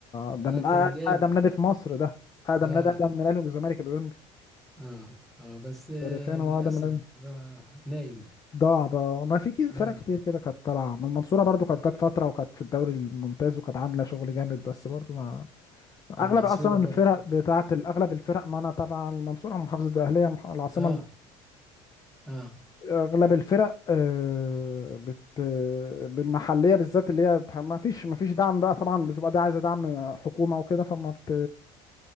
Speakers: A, on the left; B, in the centre.
A: ده
B: اه
A: من
B: كان
A: أق-
B: جامد
A: اقدم نادي في مصر ده اقدم
B: اه
A: نادي اقدم من الاهلي والزمالك الاولمبي
B: اه اه بس آه
A: تاريخيا هو
B: للأسف
A: اقدم من الأهلي.
B: آه نايم
A: ضاع بقى ما في كده
B: اه
A: فرق كتير كده كانت طالعه ما المنصوره برضو كانت جت فتره وكانت في الدوري الممتاز وكانت عامله شغل جامد بس برضو ما اغلب
B: المنصورة
A: اصلا الفرق
B: برضو
A: بتاعه ال- اغلب الفرق ما انا تبع المنصوره محافظه الاهليه مح- العاصمه
B: اه اه
A: اغلب الفرق آه، بت آه، بالمحليه بالذات اللي هي بح- ما فيش ما فيش دعم بقى طبعا بتبقى دي عايزه دعم حكومه وكده فما بت